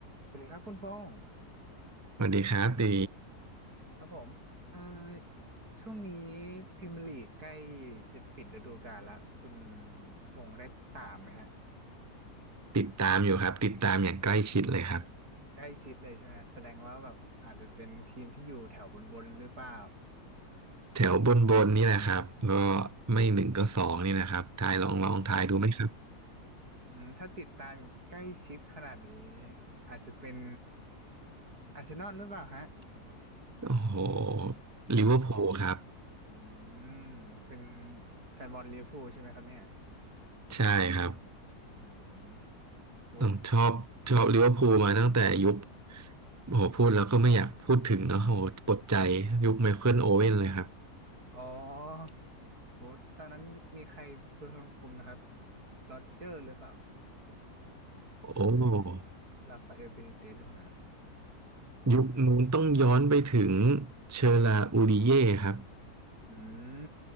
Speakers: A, on the right; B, on the right.
A: สวัสดีครับคุณพงศ์
B: สวัสดีครับตี
A: ครับผมอ่าช่วงนี้พรีเมียร์ลีกใกล้จะปิดฤดูกาลละคุณพงศ์ได้ตามไหมฮะ
B: ติดตามอยู่ครับติดตามอย่างใกล้ชิดเลยครับ
A: ใกล้ชิดเลยใช่ไหมฮะแสดงว่าแบบอาจจะเป็นทีมที่อยู่แถวบนบนหรือเปล่า
B: แถวบนบนนี่แหละครับก็ไม่หนึ่งก็สองนี่นะครับทายลองลองทายดูไหมครับ
A: อืมอ่าอืมถ้าติดตามใกล้ชิดขนาดนี้อาจจะเป็นอาร์เซนอลหรือเปล่าฮะ
B: โอ้โหลิเวอร์พูลครับ
A: อืมเป็นแฟนบอลลิเวอร์พูลใช่ไหมครับเนี่ย
B: ใช่ครับ
A: อืมโอ้
B: ต้องชอบชอบลิเวอร์พูลมาตั้งแต่ยุคโอ้โหพูดแล้วก็ไม่อยากพูดถึงเนาะโอ้โหปวดใจยุคไมเคิลโอเว่นเลยครับ
A: อ๋อโอ้ตอนนั้นมีใครเป็นคนคุมนะครับโรเจอร์หรือเปล่า ไม่
B: โอ้
A: อาจจะราฟาเอลเบนิเตสหรือเปล่าฮะ
B: ยุคนู้นต้องย้อนไปถึงเชอราอูริเย่ครับ
A: อืม